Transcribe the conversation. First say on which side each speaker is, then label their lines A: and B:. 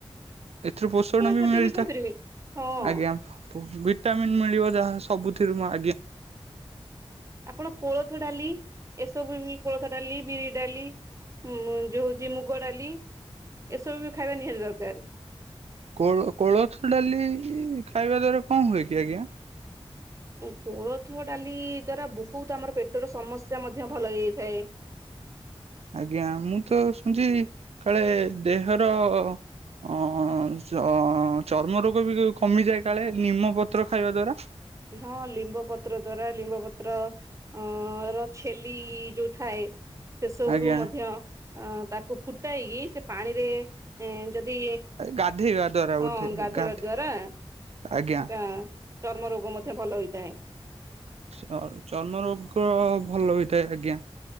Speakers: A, on the right (about 85°); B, on the right (about 30°).
A: ଏଥିରୁ ପୋଷଣ ବି
B: ଖାଦ୍ୟ
A: ମିଳିଥା
B: ଖାଇପାରିବେ ହଁ
A: ଆଜ୍ଞା ପ ଭିଟାମିନ୍ ମିଳିବ ଯାହା ସବୁଥିରୁ ମ ଆଜ୍ଞା।
B: ଆପଣ କୋଳଥ ଡାଲି ଏସବୁ ବି କୋଳଥ ଡାଲି, ବିରି ଡାଲି। ହୁଁ ଯୋଉ ହଉଛି ମୁଗ ଡାଲି ଏସବୁ ବି ଖାଇବା ନିହାତି ଦରକାର।
A: କୋଳ କୋଳଥ ଡାଲି ଖାଇବା ଦ୍ଵାରା କଣ ହୁଏ କି ଆଜ୍ଞା?
B: ଉଁ କୋଳଥ ଡାଲି ଦ୍ଵାରା ବହୁତ ଆମର ପେଟର ସମସ୍ୟା ମଧ୍ୟ ଭଲ ହେଇଥାଏ।
A: ଆଜ୍ଞା ମୁଁ ତ ଶୁଣିଛି କାଳେ ଦେହର। ଅଁ ଚ ଅଁ ଚର୍ମ ରୋଗ ବି କମିଯାଏ କାଳେ ନିମ ପତ୍ର ଖାଇବା ଦ୍ଵାରା।
B: ହଁ ଲିମ୍ବ ପତ୍ର ଦ୍ଵାରା ଲିମ୍ବ ପତ୍ର। ଅ ର ଛେଲି ଯୋଉ ଥାଏ। ସେସବୁରୁୁ
A: ଆଜ୍ଞା
B: ମଧ୍ୟ ଅ ତାକୁ ଫୁଟାଇକି ସେ ପାଣିରେ। ଏଁ ଯଦି
A: ଗାଧେଇବା ଦ୍ଵାରା ବୋଧେ
B: ହଁ ଗାଧେଇବା
A: ଗାଧେ
B: ଦ୍ଵାରା। ସେଟା
A: ଆଜ୍ଞା।
B: ଚର୍ମ ରୋଗ ମଧ୍ୟ ଭଲ ହୋଇଥାଏ।
A: <unintelligible> ଚର୍ମ ରୋଗ ଭଲ ହୋଇଥାଏ ଆଜ୍ଞା।